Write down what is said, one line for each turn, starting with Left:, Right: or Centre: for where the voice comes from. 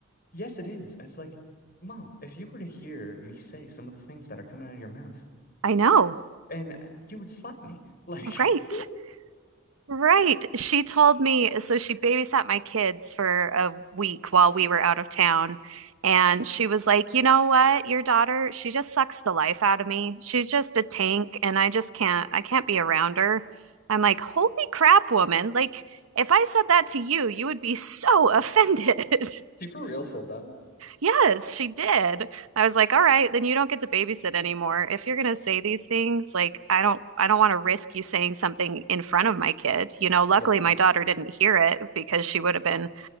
Left: yes, it is. And It's like, Mom, if you were to hear me say some of the things that are coming out of your mouth,
Right: know.
Left: I th- and uh, you would slap me. Like,
Right: Right.
Left: <laughs>
Right: Right. She told me, so she babysat my kids for a week while we were out of town. And she was like, you know what? Your daughter, she just sucks the life out of me. She's just a tank, and I just can't, I can't be around her. I'm like, holy crap, woman. Like, if I said that to you, you would be so offended. <laughs>
Left: She for real said that?
Right: Yes, she did. I was like, all right, then you don't get to babysit anymore. If you're gonna say these things, like I don't I don't want to risk you saying something in front of my kid. You know, luckily
Left: Yeah,
Right: my daughter didn't hear it because she would have been